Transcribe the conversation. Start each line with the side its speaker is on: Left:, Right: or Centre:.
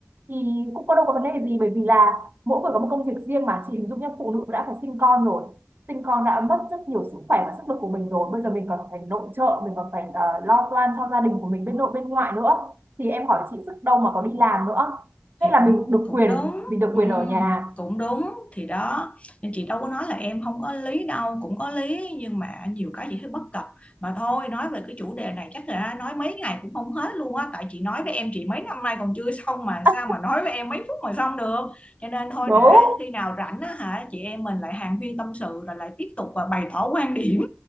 Right: thì cũng có đâu có vấn đề gì bởi vì là mỗi người có một công việc riêng mà chị hình dung nhá phụ nữ đã phải sinh con rồi sinh con đã mất rất nhiều sức khỏe và sức lực của mình rồi bây giờ mình còn phải nội trợ mình còn phải ờ, lo toan cho gia đình của mình bên nội bên ngoại nữa thì em hỏi chị sức đâu mà có
Left: Ừ.
Right: đi làm nữa thế
Left: thì
Right: là
Left: cũng
Right: mình được
Left: cũng
Right: quyền
Left: đúng
Right: mình được
Left: ừ,
Right: quyền ở nhà
Left: cũng đúng thì đó nên chị đâu có nói là em không có lý đâu cũng có lý nhưng mà nhiều cái chị thấy bất cập mà thôi nói về cái chủ đề này chắc là nói mấy ngày cũng không hết luôn á tại chị nói với em chị mấy năm nay còn chưa xong mà
Right: À,
Left: sao mà nói với em mấy phút mà xong được cho nên thôi
Right: đúng
Left: để khi nào rảnh á hả chị em mình lại hàn huyên tâm sự rồi lại tiếp tục và bày tỏ quan điểm